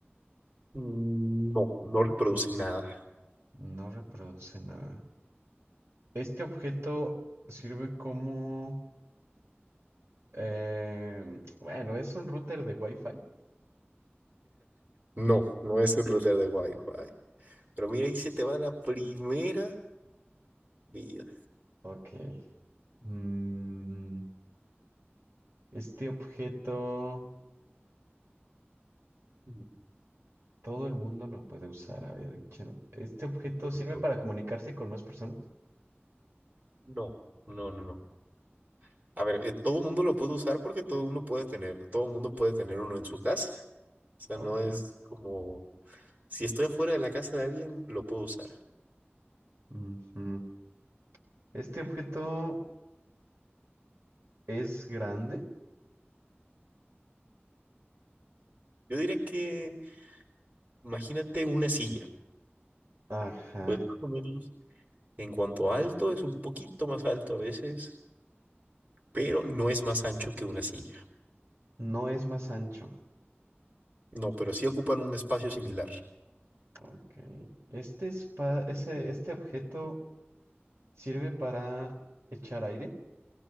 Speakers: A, on the right; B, on the right.
A: Mm, No, no reproduce nada.
B: No reproduce nada. Este objeto sirve como... em, bueno, es un router de Wi-Fi.
A: No, no es un router de Wi-Fi. Pero mira, ahí se te va la primera vida.
B: Ok. Mm, este objeto...
A: Mm,
B: Todo el mundo lo puede usar, había dicho. Este objeto
A: No,
B: sirve
A: no, no.
B: para comunicarse con más personas.
A: no. No, no, no. A ver, eh, todo mundo lo puede usar porque todo uno puede tener, todo mundo puede tener uno en su casa. O sea,
B: Ok.
A: no es como, si estoy afuera de la casa de alguien, lo puedo usar.
B: Ujú. Este objeto es grande.
A: Yo diría que, imagínate una silla.
B: Ajá.
A: Pues más o menos, en cuanto a alto, es un poquito más alto a veces, pero no es más ancho que una silla.
B: No es más ancho.
A: No, pero sí ocupan un espacio similar.
B: Ok. Este, es pa- ese, este objeto sirve para echar aire.